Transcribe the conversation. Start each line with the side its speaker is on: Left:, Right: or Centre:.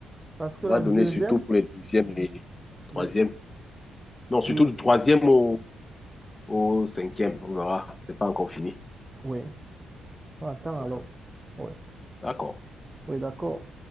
Right: Parce que
Left: Ça va
Right: la
Left: donner
Right: deuxième,
Left: surtout pour les deuxième et troisième.
Right: oui,
Left: Non, surtout
Right: oui,
Left: du troisième au, au cinquième. On verra. C'est pas encore fini.
Right: oui. On attend
Left: <laughs>
Right: alors. Oui,
Left: D'accord.
Right: oui, d'accord.